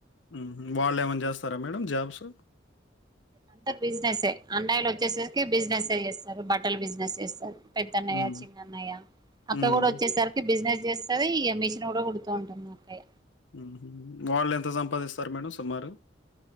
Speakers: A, on the left (about 75°); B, on the right (about 20°).
A: హు వాళ్ళు ఏమన్న చేస్తారా మేడం జాబ్స్
B: అందరు బిజినెస్ే అన్నయిలు వచ్చేసరికి బిజినెసే చేస్తారు బట్టల బిజినెస్ చేస్తారు పెద్దన్నయ
A: హ్మ్.
B: చిన్నన్నయ
A: హ్మ్.
B: అక్క కూడా వచ్చేసరికి బిజినెస్ చేస్తాసి ఇగ మేషన్ కూడా కుడుతూ ఉంటాది మా అక్కయ్య
A: హు వాళ్ళు ఎంత సంపాదిస్తారు మేడం సుమారు